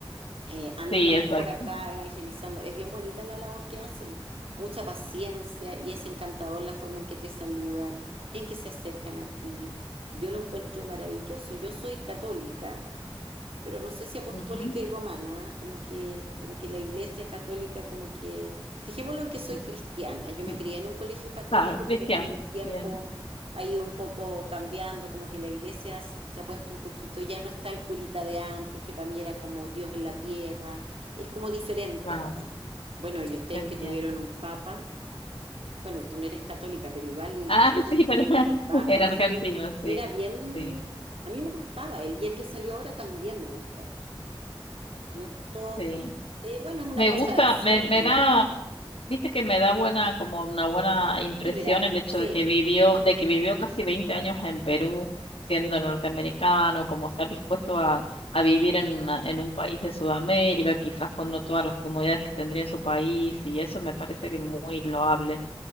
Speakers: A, on the right (about 75°); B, on the left (about 85°).
A: Eh, andan
B: Sí,
A: varios
B: exacto.
A: por acá evangelizando. Es bien bonita la labor que hacen. Mucha paciencia y es encantador la forma en que te saludan, en que se acercan a ti. Yo lo encuentro maravilloso. Yo soy católica, pero no sé si apostólica
B: Ujú,
A: y romana, ¿ah? como que, como que la iglesia católica, como que, dejémoslo en que soy
B: mm,
A: cristiana, yo me
B: mm,
A: crié en un colegio católico,
B: Claro, cristiano.
A: pero con el tiempo
B: Bien,
A: ha ido un poco cambiando, como que la iglesia s- se ha puesto un poquito, ya no está el curita de antes, que para mí era como Dios en la tierra, es como diferente
B: claro,
A: ahora. Bueno, y ustedes
B: entiendo.
A: que tuvieron un papa, bueno, tú no eres católica, pero igual
B: Ah, <laughs> sí, pero
A: tuvieron
B: <laughs>
A: un papa,
B: era
A: sí,
B: argentino, sí,
A: era bien,
B: sí,
A: a mí me gustaba él, y el que salió ahora también me gustó me gustó.
B: sí.
A: Eh, bueno, es una
B: Me
A: cosa
B: gusta,
A: de feeling
B: me, me
A: nomás.
B: da, viste que me da buena, como una buena impresión
A: Vibra,
B: el hecho
A: sí,
B: de que vivió, de que vivió casi 20 años en Perú, siendo norteamericano, como estar dispuesto a, a vivir en una, en un país de Sudamérica, quizás con no todas las comodidades que tendría en su país, y eso me parece que muy loable